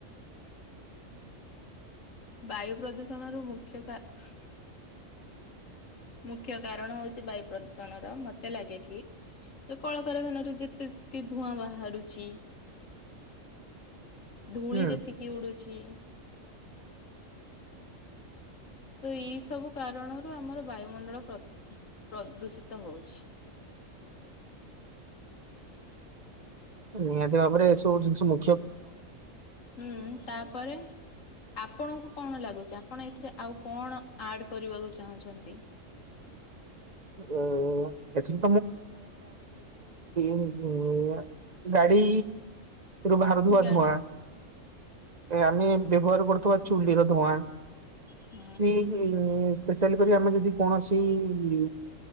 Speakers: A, on the left (about 75°); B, on the right (about 35°).
A: ବାୟୁ ପ୍ରଦୂଷଣର ମୁଖ୍ୟ କାର
B: <inaudible>
A: ମୁଖ୍ୟ କାରଣ ହଉଚି ବାୟୁ ପ୍ରଦୂଷଣ ର ମତେ ଲାଗେ କି କଳକାରଖାନାରୁ ଯେତେ ସ୍କିପ ଧୂଆଁ ବାହାରୁଚି।
B: <inaudible>
A: ଧୂଳି
B: ହୁଁ
A: ଯେତିକି ଉଡୁଛି। ତ ଏଇ ସବୁ କାରଣରୁ ଆମର ବାୟୁମଣ୍ଡଳ ପ୍ରଦୂ ପ୍ରଦୂଷିତ ହଉଛି।
B: <inaudible> ନିହାତି ଭାବରେ ଏ ସବୁ ଜିନିଷ ମୁ
A: ହୁଁ ତାପରେ ଆପଣଙ୍କୁ କଣ ଲାଗୁଚି ଆପଣ ଏଥିରେ ଆଉ କଣ ଆଡ୍ କରିବାକୁ ଚାହୁଁଛନ୍ତି।
B: ଅ ଏଥିରୁ ଧୂଆଁ। ଗାଡି ରୁ ବାହାରୁଥିବା
A: ଗାଡି
B: ଧୂଆଁ,
A: ହୁଁ
B: ଆମେ ବ୍ୟବହାର କରୁଥିବା ଚୁଲିର ଧୂଆଁ
A: ହୁଁ
B: <unintelligible> ସ୍ପେଶାଲ କରି ଆମେ ଯଦି କୌଣସି କି